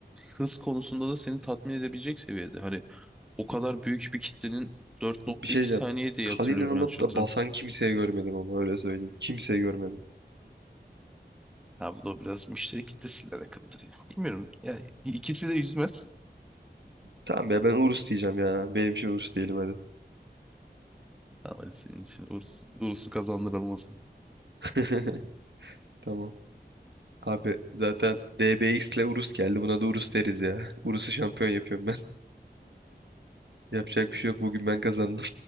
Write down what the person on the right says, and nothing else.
Bir şey diyeceğim.
Kalinen
alıp
da basan kimseye görmedim ama öyle söyleyeyim. Kimseye görmedim.
Tamam ya ben Urus diyeceğim ya. Benim için Urus değilim hadi.
<laughs> Tamam. Abi zaten DBX ile Urus geldi. Buna da Urus deriz ya. Urus'u şampiyon yapıyorum ben. <laughs> Yapacak bir şey yok. Bugün ben kazandım.